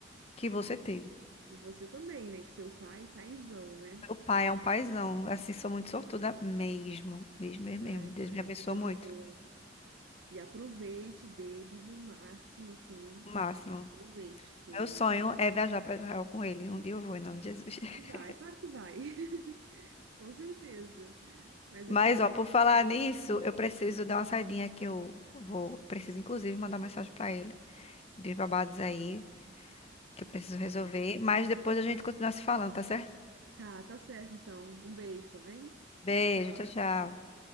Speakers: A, on the left; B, on the right.
A: que
B: É.
A: você teve.
B: E você também, né? Que seu pai, paizão, né?
A: Meu pai é um paizão, assim, sou muito sortuda mesmo, mesmo, mesmo,
B: Ai,
A: mesmo. Deus
B: cara,
A: me abençoou
B: que coisa
A: muito,
B: boa. E aproveite dele o máximo, assim.
A: o máximo.
B: Aproveite, que
A: Meu sonho é viajar para Israel com ele. Um dia eu vou, em nome de Jesus. <laughs>
B: vai, claro que vai, <laughs> com certeza. Mas
A: Mas,
B: aqui,
A: ó, por falar nisso,
B: hum,
A: eu preciso dar uma saidinha que eu vou, preciso inclusive mandar uma mensagem para ele, de babados aí, que eu preciso
B: tá
A: resolver,
B: bom.
A: mas depois a gente continua se falando, tá certo?
B: Tá, tá certo então. Um beijo, tá bem?
A: Beijo,
B: Tchau, tchau.
A: tchau, tchau.